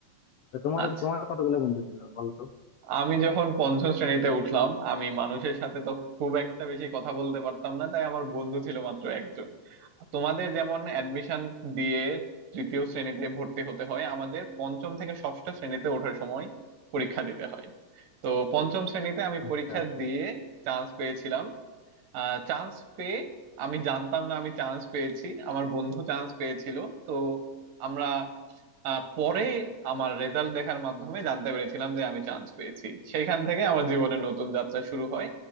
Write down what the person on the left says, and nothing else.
তো তোমার
তোমার কতগুলো বন্ধু ছিল বলতো
আচ্ছা
আচ্ছা